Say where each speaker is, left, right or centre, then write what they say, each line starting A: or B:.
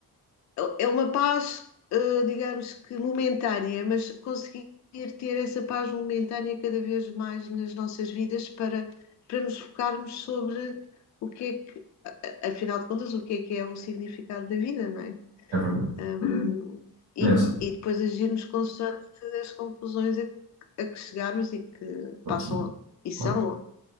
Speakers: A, on the left; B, on the right.
A: É uma paz, eh, digamos que momentânea, mas conseguir ter essa paz momentânea cada vez mais nas nossas vidas para, para nos focarmos sobre o que é que, afinal de contas, o que é que é o significado da vida, não é?
B: É verdade.
A: Um, e,
B: É sim,
A: e depois agirmos consoante as conclusões a, que- a que chegarmos e que
B: claro
A: passam,
B: que sim.
A: e são,
B: claro.